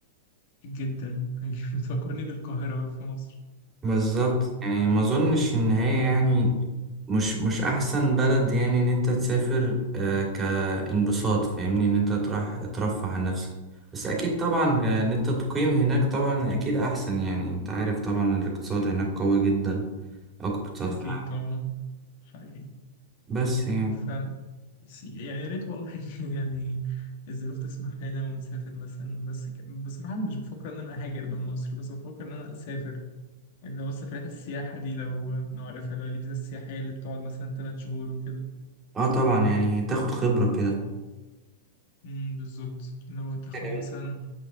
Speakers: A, on the left (about 60°); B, on the right (about 20°).
A: جدا <laughs> بتفكرني بالقاهرة في مصر
B: بالظبط يعني ما اظنش ان هي يعني
A: مم.
B: مش مش احسن بلد يعني ان انت تسافر آه، كانبساط فاهمني ان انت تروح ترفه عن نفسك بس اكيد طبعا ان انت تقيم هناك طبعا اكيد احسن يعني انت عارف طبعا الاقتصاد هناك قوي جدا اقوى اقتصاد
A: اكيد
B: في العالم
A: طبعا حقيقي
B: بس يعني
A: وفعلا بس يعني يا ريت والله <laughs> يعني الظروف تسمح لنا ونسافر مثلا بس ك... بصراحة مش بفكر إن أنا أهاجر من مصر بس بفكر إن أنا أسافر اللي هو سفريات السياحة دي لو لو عارفها اللي هو الفيزا السياحية اللي بتقعد مثلا تلات شهور وكده
B: اه طبعا يعني تاخد خبرة كده
A: امم بالظبط اللي هو تاخد
B: جميل.
A: مثلا